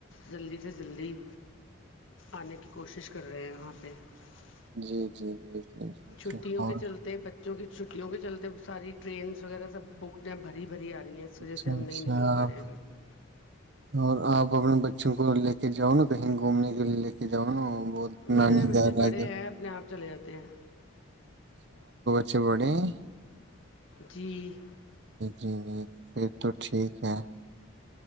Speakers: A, on the left; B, on the right.
A: جلدی سے جلدی آنے کی کوشش کر رہے ہیں وہاں پہ <unintelligible>
B: جی جی جی جی
A: چھٹیوں
B: جی اور
A: کے چلتے ب چونکہ چھٹیوں کے چلتے ساری ٹرینس وغیرہ سب بک بھری بھری آ اس
B: اچھا
A: وجہ سے ہم نہیں
B: اچھا
A: نکل پا
B: آپ
A: رہے ہیں ا گ
B: اور آپ اپنے بچوں کو لے کے جاؤ نا کہیں گھومنے کے لیے لے کے جاؤ نا بہت
A: میرے
B: نانی
A: بچے
B: گھر
A: بڑے
B: آ گ
A: ہیں اپنے آپ چلے جاتے ہیں
B: اچ بڑی <unintelligible>
A: جی
B: جی جی پھر تو ٹھیک ہے